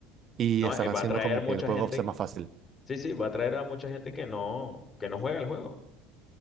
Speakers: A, on the right; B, on the left.
A: y
B: No,
A: están
B: eh, va
A: haciendo
B: a traer
A: como
B: mucha
A: que el juego
B: gente.
A: sea más fácil.
B: Sí, sí, va a traer a mucha gente que no, que no juega el juego.